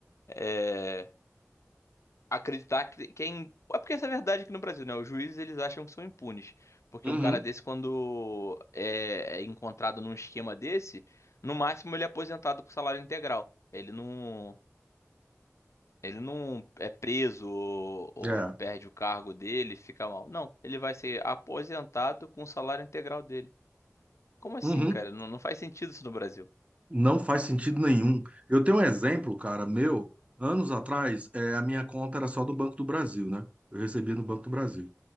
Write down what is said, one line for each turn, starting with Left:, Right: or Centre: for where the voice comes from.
Left: eh, acreditar que, quem é, é porque essa é a verdade aqui no Brasil, né? Os juízes eles acham que são impunes, porque
Right: Uhum.
Left: um cara desse quando é, é encontrado num esquema desse, no máximo ele é aposentado com salário integral. Ele não ele não é preso ou, ou
Right: É.
Left: perde o cargo dele, fica mal. Não, ele vai ser aposentado com o salário integral dele. Como assim,
Right: Uhum.
Left: cara? Não, não faz sentido isso no Brasil.
Right: Não faz sentido nenhum. Eu tenho um exemplo, cara, meu, anos atrás, é, a minha conta era só do Banco do Brasil, né? Eu recebia no Banco do Brasil.